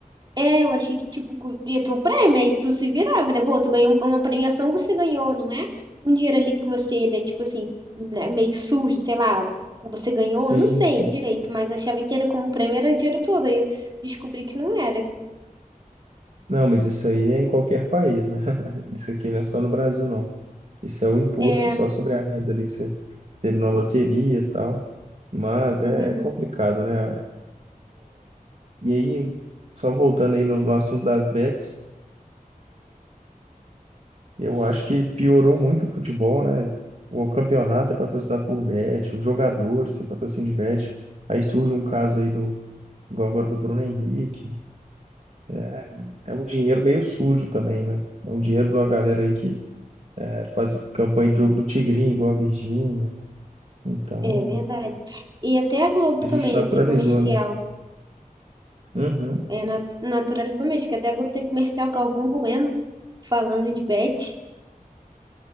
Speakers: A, on the right; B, on the right.
A: é, eu achei que, tipo, cu- ia ter um prêmio, aí tu se virava, né? Pô, tu ganhou um, uma premiação, você ganhou, não é? Um dinheiro ali que você, né, tipo assim, né, meio sujo, sei lá, que você ganhou,
B: Sim,
A: não sei
B: sim.
A: direito, mas eu achava que era como prêmio, era dinheiro todo, aí eu descobri que não era.
B: Não, mas isso aí é em qualquer país, né? <laughs> Isso aqui não é só no Brasil, não. Isso é o imposto
A: É,
B: só sobre a renda ali que você teve na loteria e tal. Mas
A: uhum,
B: é complicado, né? E aí, só voltando aí no, no assunto das bets, Eu acho que piorou muito o futebol, né? O campeonato é patrocinado por Bet, os jogadores têm patrocínio de Bet. Aí surge um caso aí do, do agora do Bruno Henrique. É é um dinheiro meio sujo também, né? É um dinheiro de uma galera aí que é, faz campanha de jogo do Tigrinho, igual a Virgínia. Então,
A: é verdade. E até a Globo
B: a gente
A: também,
B: naturalizou,
A: né, tem comercial.
B: né? Uhum.
A: é, na- naturalizou mesmo, que até a Globo tem comercial Galvão Bueno falando de Beth.